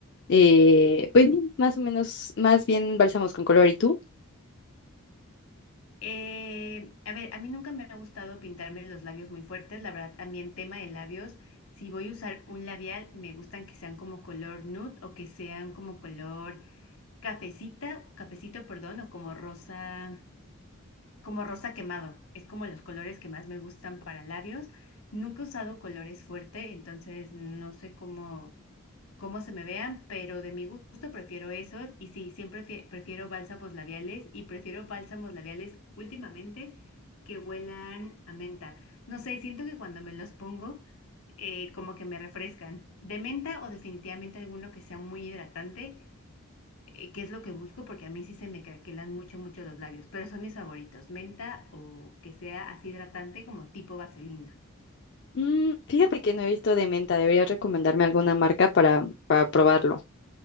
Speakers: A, on the left; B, on the left.
A: eh, pues sí, más o menos, más bien bálsamos con color. ¿Y tú?
B: Eh, a ver, a mí nunca me ha gustado pintarme los labios muy fuertes, la verdad también tema de labios, si voy a usar un labial, me gustan que sean como color nude o que sean como color cafecita, cafecito, perdón, o como rosa. como rosa quemado. Es como los colores que más me gustan para labios. Nunca he usado colores fuerte, entonces no sé cómo, cómo se me vean, pero de mi gusto prefiero eso. Y sí, siempre fie- prefiero bálsamos labiales y prefiero bálsamos labiales últimamente que huelan a menta. No sé, siento que cuando me los pongo, eh, como que me refrescan. De menta o definitivamente alguno que sea muy hidratante eh, qué es lo que busco, porque a mí sí se me craquelan mucho, mucho los labios, pero son mis favoritos, menta o que sea así hidratante como tipo vaselina.
A: Mm, fíjate que no he visto de menta, deberías recomendarme alguna marca para, para probarlo.